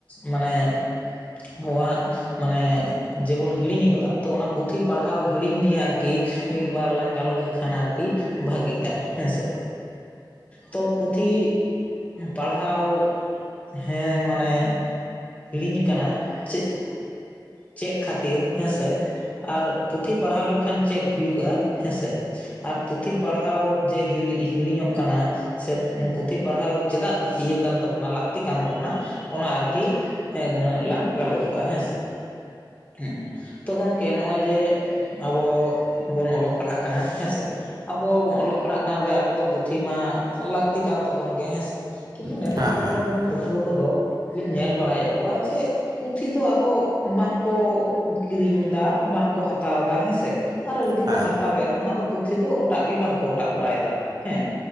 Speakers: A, on the left; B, on the right.
A: ᱢᱟᱱᱮ ᱦᱚᱣᱟᱜ ᱢᱟᱱᱮ ᱡᱮᱵᱚᱱ ᱦᱤᱲᱤᱧ ᱟᱠᱟᱫᱟ ᱛᱚ ᱚᱱᱟ ᱯᱩᱛᱷᱤ ᱯᱟᱲᱦᱟᱣ ᱦᱤᱲᱤᱧ ᱱᱤᱭᱮ ᱟᱨᱠᱤ ᱢᱤᱫ ᱵᱟᱨ ᱞᱟᱝ ᱜᱟᱞᱚᱪ ᱞᱮᱠᱷᱟᱱ ᱟᱨᱠᱤ ᱵᱷᱟᱜᱤᱜᱼᱟ᱾ ᱦᱮᱸᱥᱮ ᱛᱚ ᱯᱩᱛᱷᱤ ᱯᱟᱲᱦᱟᱣ ᱦᱮᱸ ᱢᱟᱱᱮ ᱦᱤᱲᱤᱧ ᱟᱠᱟᱱᱟ ᱪᱮᱫ ᱪᱮᱫ ᱠᱷᱟᱹᱛᱤᱨ ᱦᱮᱸᱥᱮ? ᱟᱨ ᱯᱩᱛᱷᱤ ᱯᱟᱲᱦᱟᱣ ᱞᱮᱱᱠᱷᱟᱱ ᱪᱮᱫ ᱦᱩᱭᱩᱜᱼᱟ ᱦᱮᱸᱥᱮ? ᱟᱨ ᱯᱩᱛᱷᱤ ᱯᱟᱲᱦᱟᱣ ᱡᱮ ᱦᱤᱲᱤ ᱦᱤᱲᱤᱧᱚᱜ ᱠᱟᱱᱟ᱾ ᱥᱮ ᱯᱩᱸᱛᱷᱤ ᱯᱟᱲᱦᱟᱣ ᱪᱮᱫᱟᱜ ᱤᱭᱟᱹ ᱠᱟᱱ ᱛᱟᱵᱚᱱᱟ ᱞᱟᱹᱠᱛᱤ ᱠᱟᱱ ᱛᱟᱵᱚᱱᱟ ᱚᱱᱟ ᱟᱨᱠᱤ᱾ <inaudible> ᱱᱟᱹᱜ ᱞᱟᱝ ᱜᱟᱞᱚᱪᱚᱜᱼᱟ ᱦᱮᱸ ᱥᱮ? ᱦᱮᱸ ᱛᱚ ᱜᱚᱢᱠᱮ ᱱᱚᱜᱼᱚᱭ ᱡᱮ ᱟᱵᱚ ᱵᱚᱱ ᱚᱞᱚᱜ ᱯᱟᱲᱦᱟᱜ ᱠᱟᱱᱟ ᱦᱮᱸ ᱥᱮ ᱟᱵᱚ ᱚᱞᱚᱜ ᱯᱟᱲᱦᱟᱜ ᱠᱟᱱ ᱨᱮ ᱟᱵᱚ ᱫᱚ ᱯᱩᱛᱷᱤ ᱢᱟ ᱞᱟᱹᱠᱛᱤ ᱠᱟᱱ ᱛᱟᱵᱚᱱ ᱜᱮ ᱦᱮᱸᱥᱮ? ᱠᱤᱱᱛᱩ ᱱᱮᱛᱟᱨ
B: ᱦᱮᱸ
A: ᱫᱚ ᱟᱵᱚ
B: ᱦᱮᱸ
A: ᱨᱮᱱ ᱯᱟᱹᱴᱷᱩᱣᱟᱹ ᱠᱚᱫᱚ ᱞᱤᱧ ᱧᱮᱞ ᱵᱟᱲᱟᱭᱮᱫ ᱠᱚᱣᱟ ᱡᱮ ᱯᱩᱛᱷᱤ ᱫᱚ ᱟᱫᱚ ᱵᱟᱝᱠᱚ ᱠᱤᱨᱤᱧ ᱫᱟ ᱵᱟᱝᱠᱚ ᱦᱟᱛᱟᱣ ᱮᱫᱟ ᱦᱮᱸᱥᱮ? ᱟᱨᱚ ᱡᱩᱫᱤ
B: ᱦᱮᱸ
A: ᱠᱚ ᱦᱟᱛᱟᱣ ᱮᱫ ᱨᱮᱦᱚᱸ ᱟᱫᱚ ᱯᱩᱛᱷᱤ ᱫᱚ ᱚᱴᱟᱜ ᱜᱮ ᱵᱟᱝᱠᱚ ᱚᱴᱟᱜ ᱵᱟᱲᱟᱭᱮᱫᱟ ᱦᱮᱸ